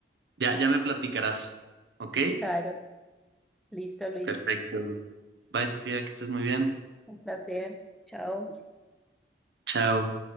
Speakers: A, on the right; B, in the centre.
A: ya, ya me platicarás. ¿Ok?
B: Claro. Listo, Luis.
A: Perfecto. Bye, Sofía, que estés muy bien.
B: Un placer. Chao.
A: Chao.